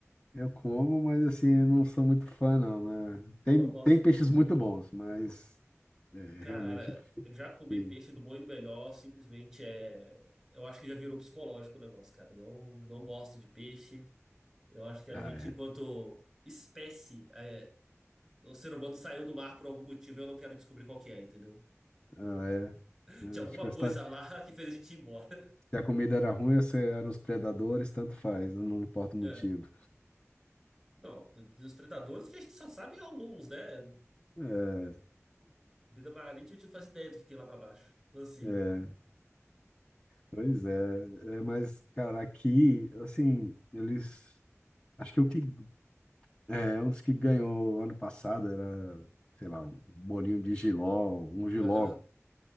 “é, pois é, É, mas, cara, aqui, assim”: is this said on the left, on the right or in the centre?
Left